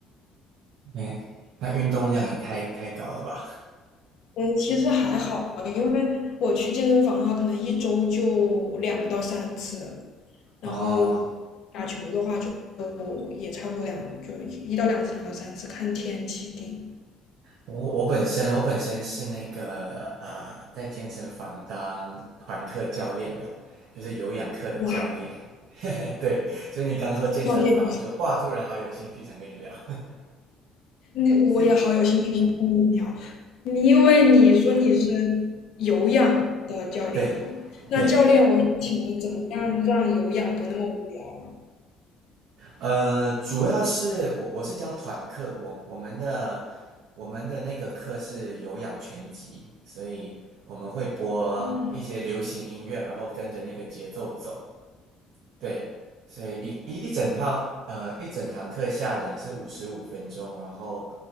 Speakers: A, on the right; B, on the left.
A: 哎，那运动量也太太高了吧？
B: 嗯，其实还好，因为我去健身房的话，可能一周就两到三次，然后。
A: 哦，
B: 打球的话。也差不多两就一到两次，两到三次，看天气定。
A: 我我本身我本身是那个呃，在健身房当团课教练的，就是有氧课的教练。
B: 哇，
A: <laughs> 嘿嘿，对，所以你刚说健身房，
B: 教练，
A: 我就哇，突然好有兴趣，想跟你聊。<laughs>
B: 你我也好有兴趣想跟你聊，
A: 是，
B: 因为你说你是有氧的教练，
A: 对
B: 那教练，
A: 对，
B: 我请问怎么样让有氧不那么无聊？
A: 呃，主要是我我是教团课，我我们的我们的那个课是有氧拳击，所以我们会播一些流行音乐，
B: 嗯，
A: 然后跟着那个节奏走。对，所以一一一整套呃一整堂课下来是五十五分钟，然后